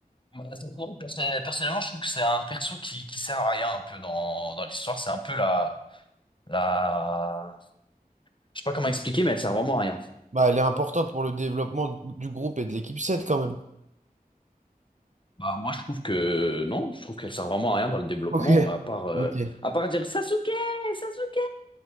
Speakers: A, on the left; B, on the right.
A: Bah, Sakura, perso- Personnellement, je trouve que c'est un perso qui, qui sert à rien un peu dans, dans l'histoire. C'est un peu la, la... Je sais pas comment expliquer, mais elle sert vraiment à rien.
B: Bah, elle est importante pour le développement du groupe et de l'équipe 7 quand même.
A: Bah moi je trouve que non, je trouve qu'elle sert vraiment à rien dans le développement,
B: Ok,
A: à part euh,
B: ok.
A: à part dire Sasuke, Sasuke.